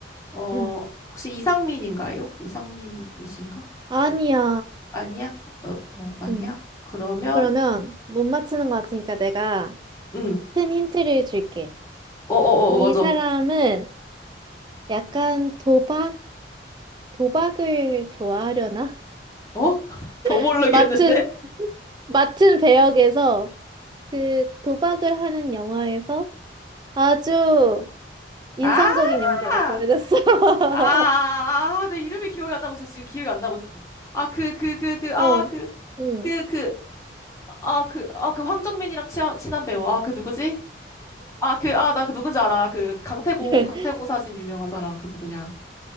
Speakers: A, on the left; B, on the right.
A: 어,
B: 응.
A: 혹시 이상민인가요? 이상민이신가?
B: 아니야.
A: 그, 아니야? 어, 어, 아니야?
B: 응.
A: 그러면,
B: 그러면 못 맞추는 것 같으니까 내가
A: 음,
B: 큰 힌트를 줄게.
A: 어, 어, 어,
B: 이
A: 어, 맞아.
B: 사람은 약간 도박, 도박을 좋아하려나?
A: 어? <laughs> 더
B: <laughs>
A: 모르겠는데?
B: 맡은, 맡은 배역에서 그 도박을 하는 영화에서 아주 인상적인
A: 아!
B: 연기를
A: 아,
B: 보여줬어. <laughs>
A: 아, 아, 내 이름이 기억이 안 나고 있어. 지금 기억이 안 나고 있어. 아, 그, 그, 그, 그, 아,
B: 어,
A: 그.
B: 응.
A: 그그 아, 그, 아, 그 황정민이랑 친한, 친한 배우. 아, 그 누구지? 아, 그, 아, 나 그 누군지 알아. 그 강태공,
B: <laughs>
A: 강태공 사진 유명한 사람. 그 누구냐.